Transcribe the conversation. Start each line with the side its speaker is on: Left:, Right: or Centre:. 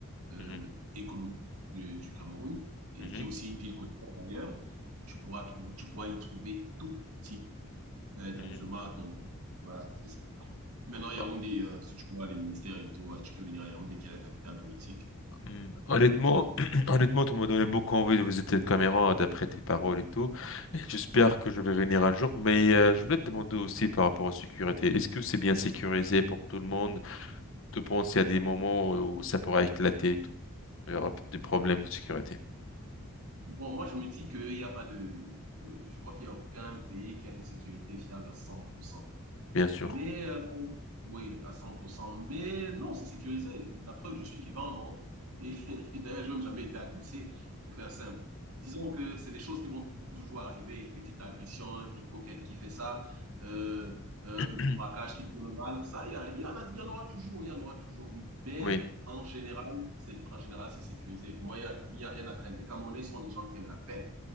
Right: euh,
Left: Mhm.
Right: économique de- du Cameroun, et
Left: Mhm.
Right: qui est aussi une ville côtière d'ailleurs. Tu pourras, trouver, tu pourras y trouver tout type euh, d'amusement
Left: Mhm. <laughs>
Right: à ton goût. Voilà, c'est ça. Maintenant, Yaoundé,
Left: Oh,
Right: euh, si tu vois les ministères et tout, euh, tu peux venir à Yaoundé, qui est la capitale politique.
Left: hmm. Honnêtement,
Right: Et-
Left: <clears throat> honnêtement, tu m'as donné beaucoup envie de visiter le Cameroun d'après tes paroles et tout. J'espère que je vais venir un jour, mais euh, je voulais te demander aussi par rapport à la sécurité. Est-ce que c'est bien sécurisé pour tout le monde? Tu penses qu'il y a des moments où ça pourrait éclater et tout? Il y aura des problèmes de sécurité,
Right: Bon, moi, je me dis qu'il n'y a pas de... euh, je crois qu'il n'y a aucun pays qui a une sécurité fiable à 100%.
Left: bien sûr.
Right: Mais euh, oui, à 100%. Mais non, c'est sécurisé. La preuve, je suis vivant, non? Et <laughs> d'ailleurs, je n'ai même jamais été agressé, pour faire simple. Disons que c'est des choses qui vont toujours arriver, une petite agression, un pickpocket qui fait ça, euh,
Left: Mhm.
Right: un
Left: <clears throat>
Right: petit braquage qui prend le mal. Ça, il y, a- il y en a- il y en aura toujours, il y en aura toujours. Mais
Left: Oui.
Right: en général, c'est en général, c'est sécurisé. Pour moi, il n'y a, il y a rien à craindre. Les Camerounais sont des gens qui aiment la paix.